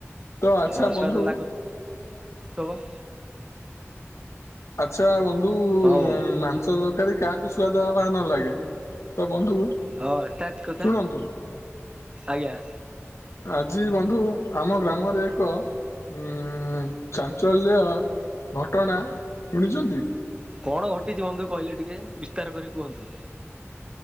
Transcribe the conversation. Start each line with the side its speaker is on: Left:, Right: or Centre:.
Left: ତ ଆଚ୍ଛା
Right: ଅ
Left: ବନ୍ଧୁ
Right: ସୁଆଦ ଲାଗୁ-ଥବ।
Left: ଆଚ୍ଛା ବନ୍ଧୁ
Right: ହଁ ବନ୍ଧୁ
Left: ମାଂସ ତ କାରି କାହାକୁ ସୁଆଦ ବା ନ ଲାଗେ ତ ବନ୍ଧୁ
Right: ହଁ ଏଟା ଠିକ-କଥା
Left: ଶୁଣନ୍ତୁ
Right: ଆଜ୍ଞା।
Left: ଆଜି ବନ୍ଧୁ ଆମ ଗ୍ରାମରେ ଏକ ଉଁ ଚାଞ୍ଚଲ୍ୟ ଘଟଣା ଶୁଣିଚନ୍ତି?
Right: କଣ ଘଟିଚି ବନ୍ଧୁ କହିଲେ ଟିକେ ବିସ୍ତାର କରି କୁହନ୍ତୁ।